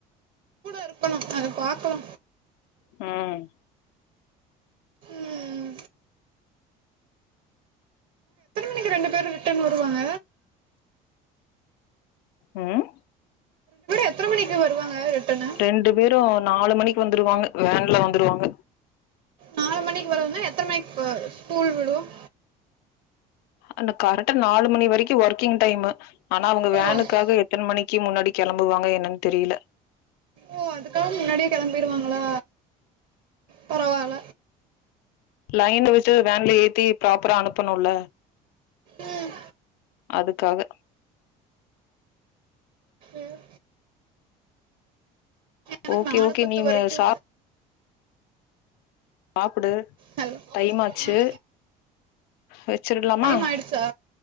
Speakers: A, on the right (about 65°); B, on the left (about 80°).
A: இருக்கணோ அத பாக்கலா
B: ம்
A: ம் க்கு ரெண்டு பேரு ரிட்டர்ன் வருவாங்க
B: ம்
A: எத்தனை மணிக்கு வருவாங்க ரிட்டனு
B: ரெண்டு பேரு நாலு மணிக்கு வந்துருவாங்க வேன்ல வந்துருவாங்க
A: நாலு மணிக்கு வர எத்தன மணிக்கு ஸ்கூல் விடும்
B: அன கரெக்டா நாலு மணி வரைக்கும் ஒர்க்கிங் டைமு ஆனா அவங்க
A: விடும்
B: வேனுக்காக எத்தன மணிக்கு முன்னாடி கெளம்புவாங்க என்னன்னு தெரில
A: ஓ அதுக்காக முன்னாடியே கெளம்பருவாங்களா பரவால
B: லைன்ல விட்டு வேன்ல ஏத்தி ப்ராப்பரா அனுப்பணும்ல
A: ம்
B: அதுக்காக
A: ம் எனக்கு
B: ஓகே
A: நாலு
B: ஓகே
A: பத்து
B: நீனு
A: வரைக்கு
B: சாப் சாப்பிடு
A: ஹலோ
B: டைம் ஆச்சு
A: ஆ
B: வச்சிடலாமா
A: டைம் மாய்டுச்சா